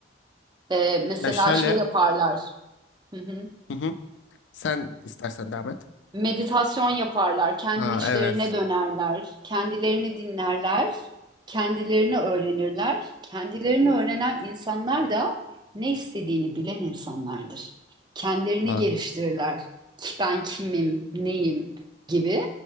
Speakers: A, on the right; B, on the left.
A: Ee, mesela
B: Ya şöyle
A: şey yaparlar. Hı hı.
B: Hı hı. Sen istersen devam et.
A: Meditasyon yaparlar, kendi
B: Ha
A: içlerine
B: evet.
A: dönerler, kendilerini dinlerler, kendilerini öğrenirler. Kendilerini öğrenen insanlar da ne istediğini bilen insanlardır. Kendilerini
B: Doğru.
A: geliştirirler. Ki Ben kimim, neyim gibi.